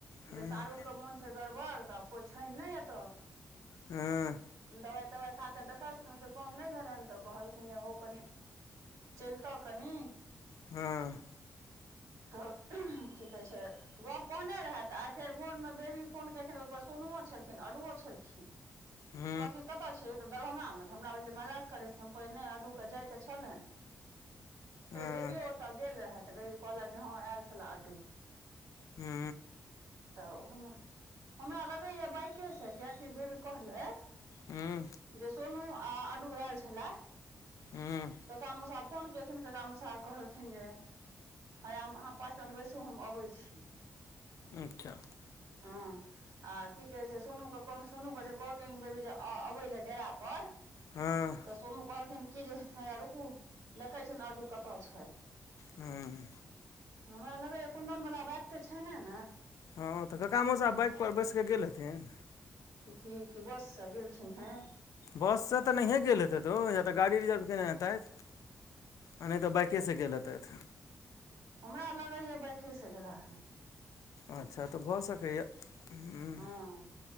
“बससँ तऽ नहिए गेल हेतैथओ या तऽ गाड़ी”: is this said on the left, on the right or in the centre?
Left